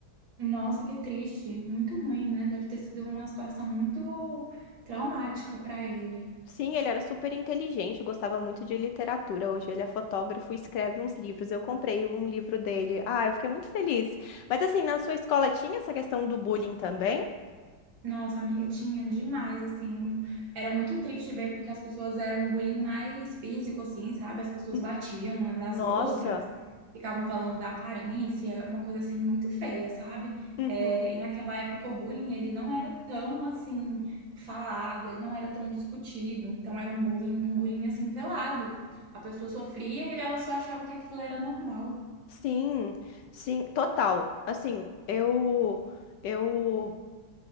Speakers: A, on the right (about 70°); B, on the left (about 70°).
A: Nossa, que triste, muito ruim, né? Deve ter sido uma situação muito traumática para ele.
B: Sim, ele era super inteligente, gostava muito de literatura. Hoje ele é fotógrafo e escreve uns livros. Eu comprei um livro dele. Ah, eu fiquei muito feliz. Mas assim, na sua escola tinha essa questão do bullying também?
A: Nossa, amiga, tinha demais, assim. um- Era muito triste ver, porque as pessoas eram um bullying mais físico, assim, sabe? As pessoas
B: Uhum.
A: batiam umas nas
B: Nossa.
A: outras, ficavam falando da aparência, uma coisa, assim, muito feia, sabe?
B: Uhum.
A: É, e naquela época o bullying, ele não era tão, assim, falado, ele não era tão discutido. Então era um bullying, um bullying, assim, velado. A pessoa sofria e ela só achava que aquilo era normal.
B: Sim, sim, total. Assim, eu eu